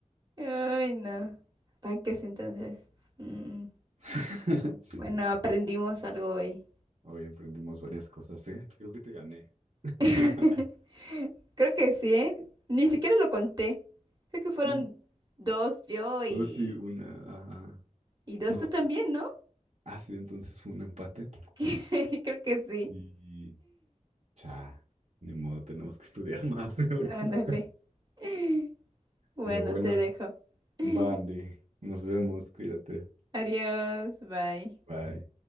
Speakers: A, on the right (about 30°); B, on the right (about 60°).
A: Ay, no. Pancres, entonces. Mm,
B: <laughs> Sí.
A: Bueno, aprendimos algo hoy.
B: Hoy aprendimos varias cosas, ¿eh? Creo que te gané. <laughs>
A: <laughs> Creo que sí, ¿eh? Ni siquiera lo conté. Creo que fueron
B: Mm,
A: dos yo y,
B: Oh, sí, una. Ajá.
A: y dos
B: No,
A: tú también, ¿no?
B: Ah, sí, entonces fue un empate
A: <laughs> Creo que sí.
B: y cha, ni modo, tenemos que estudiar más <laughs> porque
A: Ándale.
B: no.
A: <laughs> Bueno,
B: Pero bueno,
A: te dejo. <laughs>
B: va, Andy, nos vemos, cuídate.
A: Adiós, bye.
B: Bye.